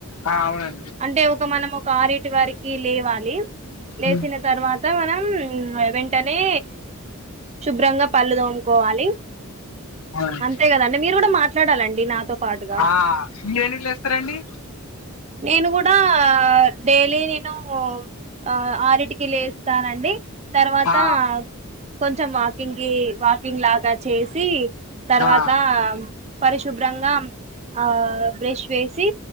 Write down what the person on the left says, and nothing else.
ఆ అవునాడ్
ఉమ్
అవునండి
ఆ మీరెండిట్ల వేస్తారాండి
ఆ
ఆ